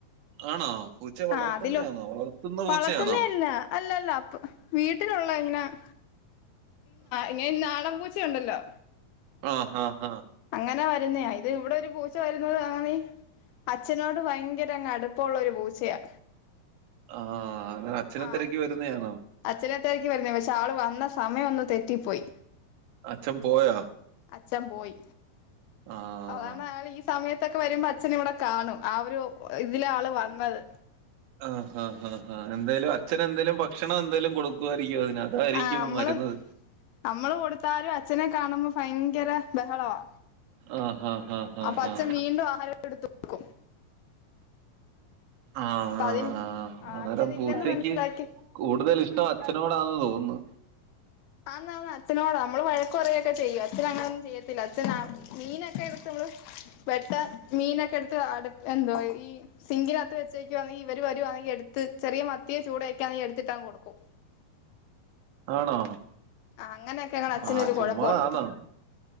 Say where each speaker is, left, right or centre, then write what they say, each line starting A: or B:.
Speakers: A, on the right (about 80°); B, on the left (about 85°).
A: ആണോ പൂച്ച വളർത്തുന്നയാണോ
B: ആ അതിലോ-
A: വളർത്തുന്ന പൂച്ചയാണോ
B: വളർത്തുന്ന അല്ല അല്ലല്ല അപ്പ വീട്ടിലുള്ള ഇങ്ങനെ- ഇങ്ങെ നാടൻ പൂച്ചുണ്ടല്ലോ
A: ആ ആഹ് ആ
B: അങ്ങനെ വരുന്ന ഇത് ഇവിടെ ഒരു പൂച്ച വരുന്നത് <unintelligible> അച്ഛനോട് ഭയങ്കരങ് അടുപ്പുള്ളൊ ഒരു പൂച്ചയാ
A: ആഹ് അങ്ങനെ അച്ഛനെ
B: ആ
A: തിരക്കി വരുന്നയാണോ
B: അച്ഛനെ തിരക്കി വരുന്നേ പക്ഷെ ആള് വന്നാ സമയമൊന്ന് തെറ്റിപ്പോയി
A: അച്ഛൻ പോയൊ
B: അച്ഛൻ പോയി
A: ആഹ്
B: അതാണ് അയാൾ ഈ സമയത്ത് ത്തൊക്ക വരുമ്പോ അച്ഛന് ഇവിടെ കാണും- ആ ഒരു ഇതില ആള് വന്നത്
A: ആ ആ ആ ആ എന്തായാലും അച്ഛൻ എന്തേലും ഭക്ഷണം എന്തെലും കൊടു ക്കും അതായിരിക്കും
B: ആഹ് നമ്മള്
A: വരുന്നത്
B: നമ്മള് കൊടുത്താലും അച്ഛനെ കാണുമ്പോ ഭയങ്കര ബഹളവാ
A: ആ ഹാ ആാ ഹ
B: അപ്പൊ
A: ഹാ
B: അച്ഛൻ
A: <inaudible>
B: വീണ്ടും ആഹാരം എടുത്ത് കൊടുക്കും
A: ആ
B: അപ്പൊ
A: ആആ
B: അതിന് ആഹ് അച്ഛനില്ലെന്ന്
A: അരം പൂച്ചക്ക്
B: മനസ്സിലാക്കി
A: കൂടുതൽ ഇഷ ട്ടം അച്ഛനോട്‌ ആണെന്ന് തോന്നുന്നു
B: ആ- അച്ഛനോട നമ്മള് വഴക്ക് അതന്നെ അച്ചനൊടാ നമ്മൾ വര്ക്ക് പറയൊക്കെ ചെയ്യും അച്ഛന അങ്ങനൊന്നും ചെയ്യത്തില്ല അച്ഛന മീനൊക്കെ <unintelligible> വെട്ട- മീനൊക്കെ എടുത്ത്- <unintelligible> എന്തോ ഈ സിംഗിനകത്ത് വെച്ചേക്കുവാ ഇവർ വരുവാണെങ്കിൽ എടുത്ത് ചെറിയ മത്തിയ ചൂട്യൊക്കെ എടുത്തിട്ടാ കൊടുക്കും
A: ആണോ
B: ആഹ് അങ്ങനെയൊക്കെ ഞങ്ങടെ അച്ഛനൊരു
A: ആ ചുമ്മാ
B: കുഴപ്പമുണ്ട്
A: ആണോ